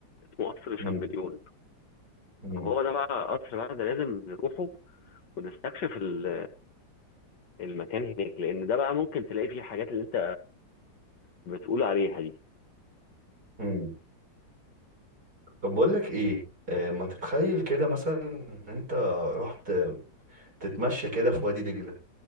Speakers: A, on the left (about 65°); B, on the right (about 55°).
A: اسمه قصر
B: مم.
A: شامبليون
B: مم.
A: هو ده بقى قصر بقى ده لازم نروحه ونستكشف ال- المكان هناك لان ده بقى ممكن تلاقي فيه الحاجات اللي انت بتقول عليها دي
B: مم. طب بقول لك ايه آه، ما تتخيل كده مثلا ان انت رحت تتمشى كده في وادي دجلة